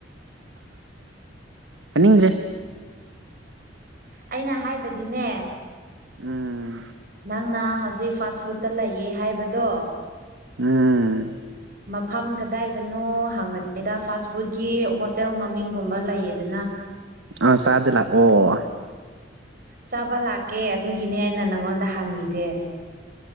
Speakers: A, on the right (about 85°); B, on the right (about 50°).
A: ꯍꯟꯅꯤꯡꯗꯔꯦ
B: ꯑꯩꯅ ꯍꯥꯏꯕꯗꯤꯅꯦ
A: ꯎꯝ
B: ꯅꯪꯅ ꯍꯧꯖꯤꯛ ꯐꯥꯁ ꯐꯨꯗꯠꯇ ꯂꯩꯌꯦ ꯍꯥꯏꯕꯗꯣ
A: ꯎꯝ
B: ꯃꯐꯝ ꯀꯗꯥꯏꯗꯅꯣ ꯍꯪꯕꯅꯤꯗ ꯐꯥꯁ ꯐꯨꯗꯀꯤ ꯍꯣꯇꯦꯜ ꯃꯃꯤꯡꯒꯨꯝꯕ ꯂꯩꯌꯦꯗꯅ ꯑ
A: ꯑ ꯆꯗ ꯂꯥꯛ ꯑꯣ
B: ꯆꯥꯕ ꯂꯥꯛꯀꯦ ꯑꯗꯨꯒꯤꯅꯦ ꯑꯩꯅ ꯅꯪꯉꯣꯟꯗ ꯍꯪꯉꯤꯁꯦ